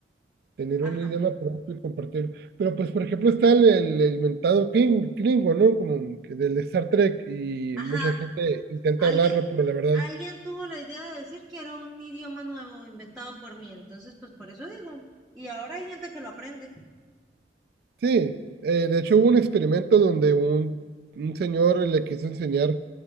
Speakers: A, on the right (about 55°); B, in the centre.
A: tener
B: Ajá,
A: un idioma propio y compartirlo. Pero pues por ejemplo está el, el, el mentado kling- Klingon, ¿no? Como que del Star Trek y
B: ajá.
A: mucha gente intenta
B: Alguien,
A: hablarlo, pero la verdad,
B: alguien tuvo la idea de decir que era un idioma nuevo inventado por mí, entonces pues por eso digo. Y ahora hay gente que lo aprende.
A: sí. Eh, de hecho hubo un experimento donde un, un señor le quiso enseñar